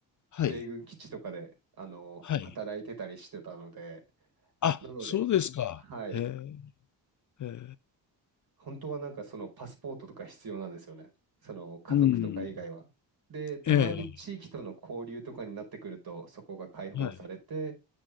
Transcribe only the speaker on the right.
米軍基地とかであの働いてたりしてたので、
なので、
はい。
本当はなんかそのパスポートとか必要なんですよね。その家族とか以外は。
で、たまに地域との交流とかになってくると、
そこが開放されて、